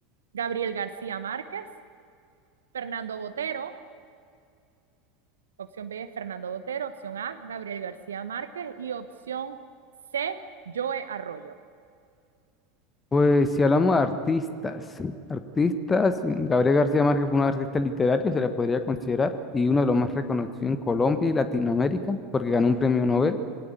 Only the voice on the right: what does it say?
Gabriel García Márquez, Fernando Botero, opción B es Fernando Botero, opción A, Gabriel García Márquez y opción C, Joe Arroyo.